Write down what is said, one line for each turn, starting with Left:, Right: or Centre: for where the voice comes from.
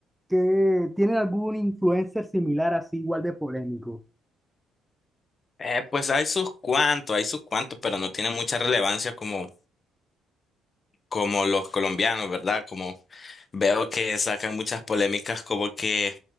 Centre: que tienen algún influencer similar así, igual de polémico?
Left: Eh, pues hay sus cuantos, hay sus cuantos, pero no tiene mucha relevancia como, como los colombianos, ¿verdad? Como veo que sacan muchas polémicas como que